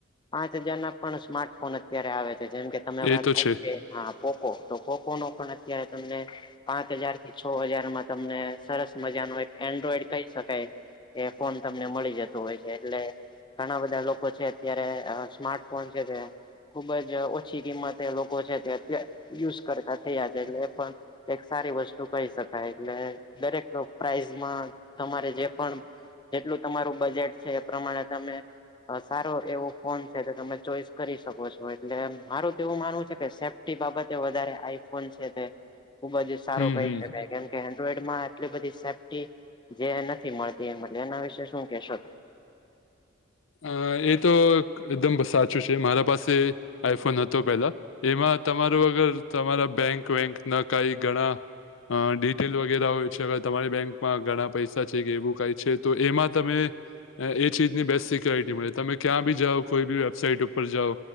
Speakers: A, on the left; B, on the left.
A: પાંચ હજાર ના પણ સ્માર્ટફોન અત્યારે આવે છે જેમ કે તમે વાત
B: એ તો
A: કરી
B: છે
A: કે હા પોકો તો પોકો નો પણ અત્યારે તમને પાંચ હજાર થી છો હજાર માં તમને સરસ મજા નો એક એન્ડ્રોઈડ કહી શકાય એ ફોન તમને મળી જતું હોય છે એટલે ઘણા બધા લોકો છે અત્યારે અહ સ્માર્ટફોન છે તે ખુબ જ અહ ઓછી કિંમતે લોકો છે જે અત યુઝ કરતા થયા છે એટલે એ પણ એક સારી વસ્તુ કહી શકાય એટલે દરેક પ્રાઈઝમાં તમારે જે પણ જેટલું તમારું બજેટ છે એ પ્રમાણે તમે અહ સારો એવો ફોન છે કે તમે ચોઈસ કરી શકો છો એટલે મારું તો એવું માનવું છે કે સે તે બાબતે વધારે આઈફોન છે તે ખુબ જ સારો
B: હમ
A: કહી
B: હમ
A: શકાય. કેમ કે એન્ડ્રોઈડ માં આટલી બધી સેફ્ટી જે નથી મળતી એ એના વિશે શું કેહેશો
B: અહ એ તો એકદમ સાચું છે મારા પાસે આઈફોન હતો પેલા એમાં તમારું વગર તમારા બેંક વેંક ના કઈ ઘણા અહ ડિટેલ વગેરે હોય છે અ તમારી બેંકમાં ઘણા પૈસા છે કે એવું કાય છે તો એમાં તમે એ ચીજની બેસ્ટ સી ક્લિયરિટી મળે. તમે ક્યાં બી જાઓ કોઈ બી વેબસાઈટ ઉપર જાઓ